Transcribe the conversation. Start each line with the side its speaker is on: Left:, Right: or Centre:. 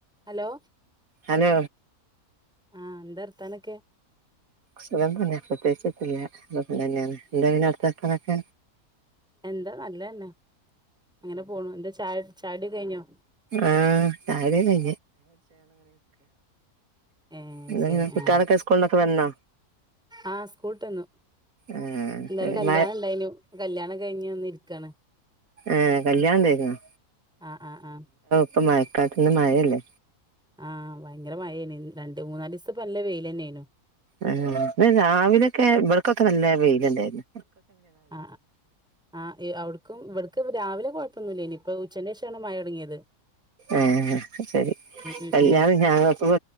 Centre: Hello
Right: hello
Centre: ആ എന്താ അർത്താനൊക്കെ
Right: സുഖം തന്ന പ്രത്യേകിച്ചില്ല അതൊപ്പ തന്നെയാണ് എന്താ പിന്നെ അവിടത്തെ വാർത്തനൊക്കെ
Centre: എന്താ നല്ലതന്നെ അങ്ങനെ പോണു എന്താ ചായ ചായ്ടി കഴിഞ്ഞോ
Right: ആ തായനെ
Centre: ഏ
Right: എന്താ
Centre: ശരി
Right: പിന്നെ കുട്ടികളൊക്കെ
Centre: ആ
Right: സ്കൂളിന്നൊക്കെ വന്നോ
Centre: ആഹ സ്കൂളട്ടന്നു
Right: ആഹ്
Centre: എന്താ
Right: ശരി
Centre: കല്യാണം
Right: മഴ
Centre: ഇണ്ടായിന് കല്യാണം കഴിഞ്ഞഞ് ഒന്ന് ഇരിക്കാണ്
Right: ഏ കല്യാണംണ്ടായിരുന്നു
Centre: ആ ആ ആ
Right: പ്പൊ മയക്കാത്തന്ന് മഴല്ലേ
Centre: ആ ഭയങ്കരമായേനി രണ്ട് മൂന്നാ ദിവസം ല്ല ലെന്നെയുന്
Right: ആ ഇ രാവിലക്കെ ഇവിടക്കൊക്കെ നല്ല വെയിലല്ലാരുന്നു
Centre: ആ ആ അവിടുക്കും ഇവിട ഇപ്പ രാവിലെ കുഴപ്പൊന്നുമില്ല ഇനിപ്പപ്പോ ഉച്ചന്റെ ശേഷാണ് മഴടങ്ങിയത്
Right: ആ ശരി
Centre: ഉം
Right: കല്യാണം
Centre: ഉം
Right: ഞങ്ങക്ക